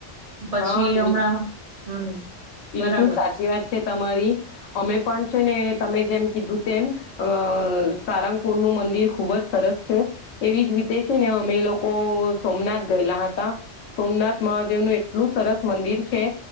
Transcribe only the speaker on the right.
પછી
હમણાં હમ.
બરાબર